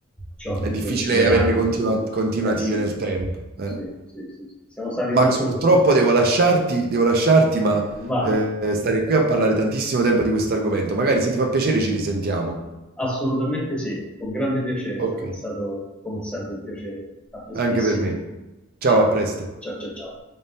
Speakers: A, in the centre; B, on the right.
A: ciò
B: È
A: che
B: difficile
A: per due
B: averne
A: anni,
B: continua- continuative
A: eh sì,
B: nel tempo. eh.
A: sì, sì, sì, sì. Siamo stati
B: Max,
A: molto...
B: purtroppo devo lasciarti, devo lasciarti, ma
A: Vai,
B: eh, stare qui a parlare tantissimo tempo di questo argomento. Magari se ti fa piacere ci risentiamo.
A: assolutamente sì, con grande piacere,
B: Ok.
A: Sam, è stato come sempre un piacere. A prestissimo.
B: Anche per me. Ciao,
A: Ciao,
B: a presto.
A: ciao, ciao, ciao.